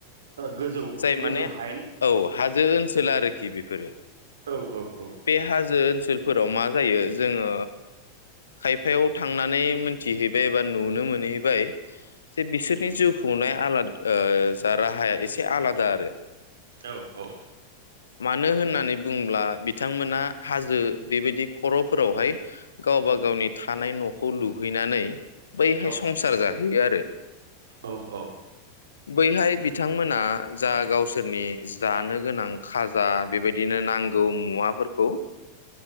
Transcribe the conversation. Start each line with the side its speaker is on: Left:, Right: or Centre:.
Right: गोजौ
Left: जाय
Right: गोजौ
Left: माने
Right: हायेन
Left: औ हाजो ओनसोल आरोखि बेफोरो
Right: औ औ औ
Left: बे हाजो ओ ओनसोलफोराव मा जायो जोङो खायफायाव थांनानै मोनथिहैबाय एबा नुनो मोनहैबाय जे बिसोरनि जिउ खुंनाय आला जा राहाया एसे आलादा आरो
Right: औ औ।
Left: मानो होननानै बुंब्ला बिथांमोना हाजो बेबायदि खर'फोरावहाय गावबा गावनि थानाय न'खौ लुहैनानै बैहाय
Right: औ
Left: संसार जाहैयो आरो
Right: औ औ।
Left: बैहाय बिथांमोना जा गावसोरनि जानो गोनां खाजा बेबायदिनो नांगौ मुवाफोरखौ